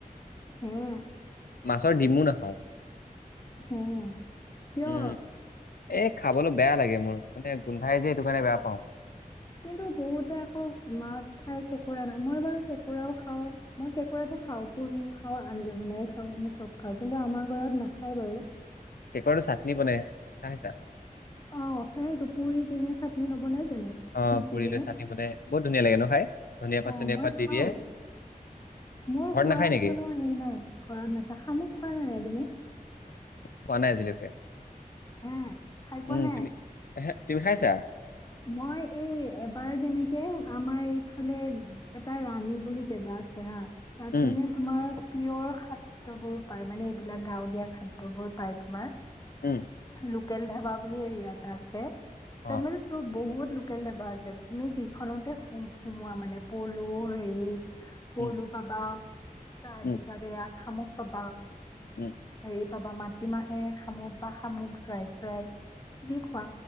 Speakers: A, on the left; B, on the left.
A: হম।
B: মাছ ৰ ডিমো নাখাওঁ।
A: হম, কিয়?
B: উম, এই খাবলৈ বেয়া লাগে মোৰ, মানে গোন্ধাই যে সেইটো কাৰণে বেয়া পাওঁ।
A: কিন্তু বহুতে আকৌ মাছ খায়, কেঁকোৰা না মই বাৰু কেঁকোৰা খাওঁ মই কেঁকোৰাটো খাওঁ পুৰিও খাওঁ, আঞ্জা বনাই খাওঁ চব খাওঁ কিন্তু আমাৰ ঘৰত নাখায় বাৰু।
B: কেঁকোৰাটো চাটনি বনাই চাই চা?
A: অ' সেইটো পুৰি কিনে চাটনি নবনাই। ছিল, হেল্ল'
B: অ'
A: পিটিকি
B: পুৰি
A: কিনে
B: লৈ
A: অ',
B: চাটনি বনাই বহুত ধুনীয়া লাগে ন খাই? ধনিয়া পাত চনিয়া
A: মই
B: পাত
A: খাওঁ
B: দি দিয়ে।
A: অ', মোৰ
B: ঘৰত
A: খোৱাৰ
B: নাখায় নেকি?
A: কোনো হেৰি নাই ঘৰত নাখা, শামুক খোৱা নে নাই তুমি?
B: পোৱা নাই আজিলৈ।
A: হে খাই পোৱা
B: উম
A: নাই
B: তুমি এহে তুমি খাইছা?
A: মই এই এবাৰ যেনেকে আমাৰ এইফালে এটা ৰাণী বুলি জেগা আছে হা। তাত
B: উম।
A: মানে তোমাৰ পিয়ৰ খাদ্যবোৰ পায় মানে এইবিলাক গাঁৱলীয়া খাদ্যবোৰ পায় তোমাৰ।
B: উম।
A: লোকেল ধাবা বুলি ইয়াত আছে।
B: অ'।
A: তা মানে বহুত লোকেল ধাবা আছে, তুমি যি খনতে সোমোৱা মানে পলু, ‌‌হেৰি পলু
B: উম,
A: পাবা তাৰ
B: উম,
A: পিছত এয়া খামুক পাবা।
B: উম।
A: হেৰি পাবা মাটিমাহে শামুক বা শামুক ড্ৰাই ফ্ৰাই যি খোৱা